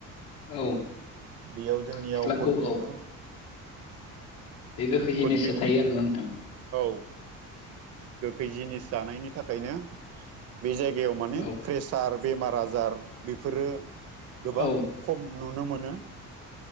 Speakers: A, on the left (about 75°); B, on the right (about 45°).
A: औ
B: बेयाव जोंनियाव
A: खेख्लांखौ
B: कन्टिनिउ
A: औ बे गोखै जिनिससो
B: कुनटिन
A: थायो आरोना नोंथां
B: औ गोखै जिनिस जानायनि थाखायनो बे जायगायाव माने
A: औ
B: प्रेसार बेमार आजार बेफोरो गोबां
A: औ
B: खम नुनो मोनो